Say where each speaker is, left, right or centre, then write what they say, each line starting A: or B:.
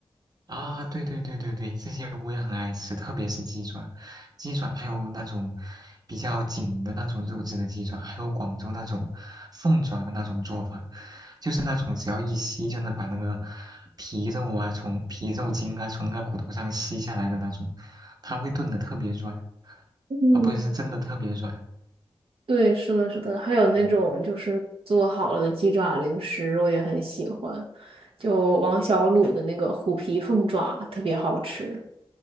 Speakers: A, on the right; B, on the right.
A: 啊，对对对对对，这些我也很爱吃，特别是鸡爪，鸡爪还有那种比较紧的那种肉质的鸡爪，还有广州那种凤爪的那种做法，就是那种只要一吸就能把那个皮肉啊，从皮肉筋啊，从那个骨头上吸下来的那种，它会炖的特别软，
B: 嗯，
A: 啊，不是，是真的特别软。
B: 对，是的，是的，还有那种就是做好了的鸡爪零食，
A: 嗯，
B: 我也很喜欢，就王小卤的那个虎皮凤爪特别好吃